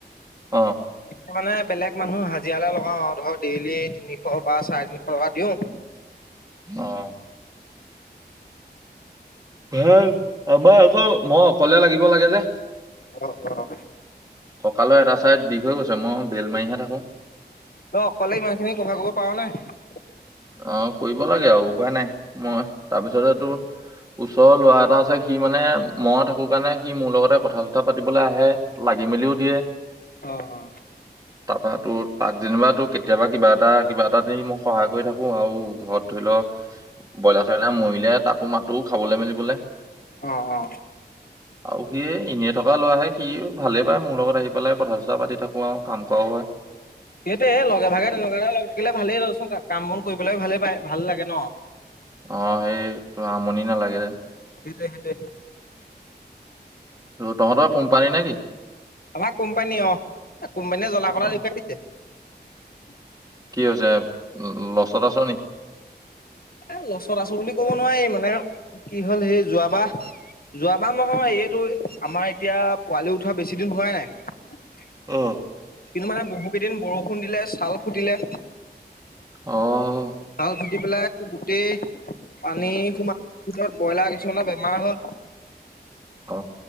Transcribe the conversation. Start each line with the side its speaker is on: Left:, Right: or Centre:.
Right: অ
Left: এতিয়া মানে বেলেগ মানুহ হাজিৰালৈ লগাওঁ ধৰ ডেইলি তিনিশ বা চাৰে তিনিশ টকা দিওঁ।
Right: অঁ ভ আমাৰ আকৌ মই অকলে লাগিব লাগে যে।
Left: অ অ
Right: কঁকালৰ এটা ছাইত বিষ হৈ গৈছে মই বেটমাৰিহে থাকো।
Left: অ অকলে ইমান খিনি কভাৰ কৰিব পৰা নাই।
Right: অ কৰিব লাগে আৰু উপায় নাই মই তাৰপিছতেটো ওচৰৰ লৰা এটা আছে সি মানে মই থাকো কাৰণে সি মোৰ লগতে কথা চথা পাতিবলৈ আহে লাগি মেলিও দিয়ে।
Left: অ অ
Right: তাৰপৰা তোৰ তাক যেনিবা ত কেতিয়াবা কিবা এটা কিবা এটা মই সহায় কৰি থাকো। আৰু ঘৰত ধৰি লও ব্ৰইলাৰ চইলাৰ মৰিলে তাকো মাতো খাবলৈ মেলিবলৈ।
Left: অ অ অ
Right: আৰু সি এনে থকা ল'ৰাহে কি ভালে পায় মোৰ লগত আহি পেলাই কথা চথা পাতি থাকো আৰু কাম কৰাও হয়।
Left: সেইটোৱে লগে ভাগে তেনেকুৱাকে লগ থাকিলে ভালেই ৰচোন কাম বন কৰিবলৈ ভালেই পায় ভাল লাগে ন
Right: অ সেইটো আমনি নালাগে যে।
Left: সেইটোৱে সেইটোৱে
Right: ত তহঁতৰ কোম্পানী নে কি?
Left: আমাৰ কোম্পানী অ কোম্পানীয়ে জলা
Right: অ
Left: কলা দেখুৱাই দিছে। <unintelligible>
Right: কি হৈছে। উম লছত আছো নি?
Left: এ লছত আছো বুলি কব নোৱাৰি মানে কি হল সেই যোৱাবাৰ যোৱাবাৰ নহয় এইটো আমাৰ এতিয়া পোৱালি উঠোৱা বেছি দিন হোৱাই নাই।
Right: অ
Left: কিন্তু মানে বহু কেইদিন বৰষুণ দিলে ছাল ফুটিলে।
Right: অহ।
Left: চাল ফুট পেলাই গোটেই। পানী সোমাই। কইলা কিছুমানে বেমাৰ হ'ল।
Right: অ